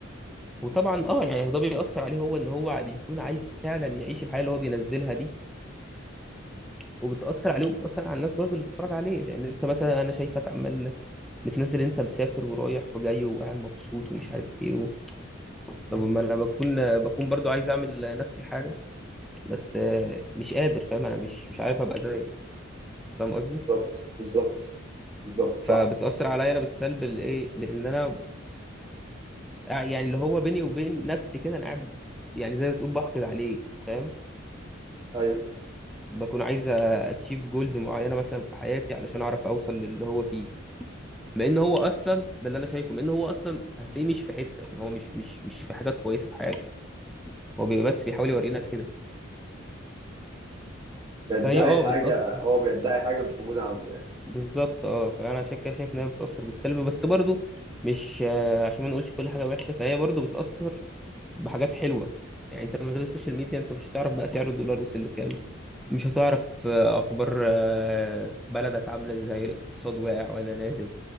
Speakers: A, in the centre; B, on the right.
A: وطبعا اه يعني ده بيأثر عليه هو ان هو بيكون عايز فعلا يعيش الحياه اللي هو بينزلها دي وبتأثر عليه وبتأثر على الناس برضه اللي بتتفرج عليه لأن أنت مثلا أنا شايفك عمال بتنزل أنت مسافر ورايح وجاي وقاعد مبسوط ومش عارف إيه طب ما انا بكون بكون برضو عايز اعمل نفس الحاجه بس آه، مش قادر فاهم انا مش مش عارف ابقى زيك فاهم قصدي
B: بالظبط بالظبط بالظبط
A: فبتاثر
B: صح
A: عليا انا بالسلب الايه لان انا قاع- يعني اللي هو بيني وبين نفسي كده انا قاعد يعني زي ما تقول بحقد عليه فاهم
B: ايوه
A: بكون عايز اتشيف جولز معينه مثلا في حياتي علشان اعرف اوصل للي هو فيه مع ان هو اصلا ده اللي انا شايفه مع ان هو اصلا هتلاقيه مش في حته إن هو مش مش مش في حاجه كويسه في حياته هو بيبقى بس بيحاول يورينا كده
B: بيدعي
A: فهي اه
B: حاجه
A: بتاثر
B: هو بيدعي حاجه مش موجوده عنده يعني
A: بالظبط اه فانا عشان كده شايف انها بتاثر بالسلب بس برضو مش آه، عشان ما نقولش كل حاجه وحشه فهي برضو بتاثر بحاجات حلوه يعني انت من غير السوشيال ميديا انت مش هتعرف بقى سعر الدولار وصل لكام مش هتعرف آه، اخبار آه، بلدك عامله ازاي الاقتصاد واقع ولا نازل